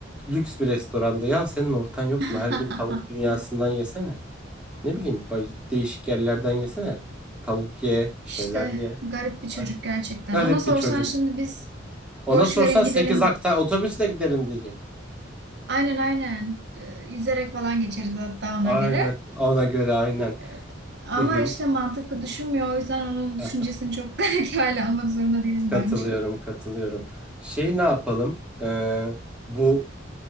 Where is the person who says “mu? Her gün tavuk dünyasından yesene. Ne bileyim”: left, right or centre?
Centre